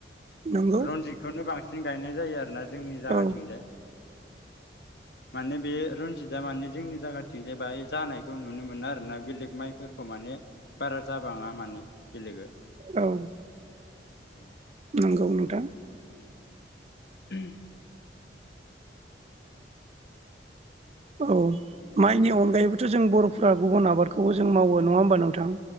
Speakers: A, on the right; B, on the left.
A: नंगौ
B: औ रनजितखौनो बांसिन गायनाय जायो आरोना जोंनि जायगाथिंजाय।
A: औ
B: माने बे रनजितआ माने जोंनि जायगाथिं जाय जानायखौ नुनो मोनो आरोना बेलेग माइफोरखौ माने बारा जाबाङा माने बेलेग
A: औ
B: औ।
A: नंगौ नोंथां।
B: ओम
A: औ माइनि अनगायैबोथ' जों बर'फ्रा गुबुन आबादखौबो जों मावो नङा होमबा नोंथां।